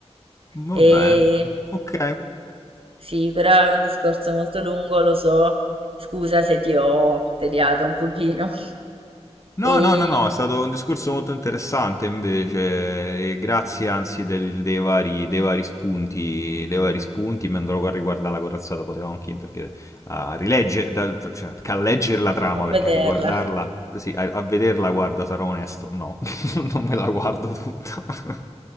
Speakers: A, on the left; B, on the right.
A: va
B: E
A: bene. Ok.
B: Sì, però è un discorso molto lungo, lo so. Scusa se ti ho tediato un pochino. <laughs>
A: No,
B: E
A: no, no, no, è stato un discorso molto interessante invece, e grazie anzi del- dei vari, dei vari spunti, dei vari spunti, mi andrò a riguardare la corazzata Potemkin perché a rileggere, da- cioè, a leggere la trama
B: a
A: perché
B: vederla.
A: a riguardarla, sì, a, a vederla, guarda, sarò onesto, no, <laughs> non me la guardo tutta. <laughs>